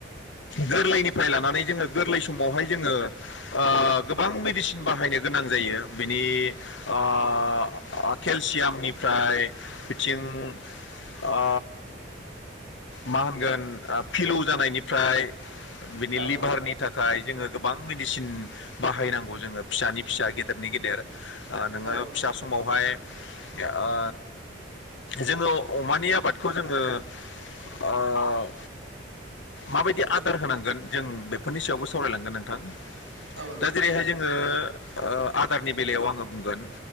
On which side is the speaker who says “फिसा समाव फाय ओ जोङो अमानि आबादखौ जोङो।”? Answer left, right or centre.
Left